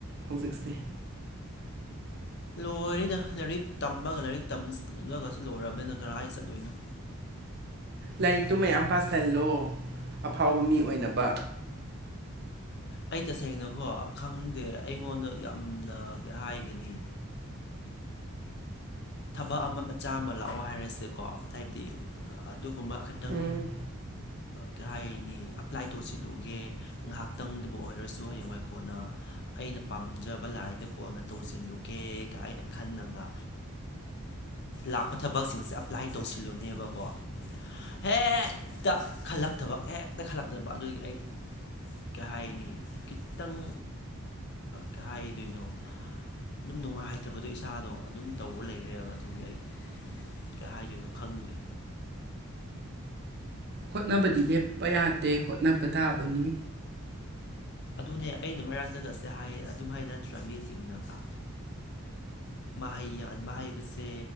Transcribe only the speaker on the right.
ꯍꯧꯖꯤꯛꯁꯦ
ꯂꯥꯏꯔꯤꯛꯇꯨ ꯃꯌꯥꯝ ꯄꯥꯁꯍꯜꯂꯣ ꯑꯐꯥꯎꯕ ꯃꯤ ꯑꯣꯏꯅꯕ
ꯎꯝ
ꯍꯣꯠꯅꯕꯗꯤ ꯂꯦꯞꯄ ꯌꯥꯗꯦ ꯍꯣꯠꯅꯕ ꯇꯥꯕꯅꯤ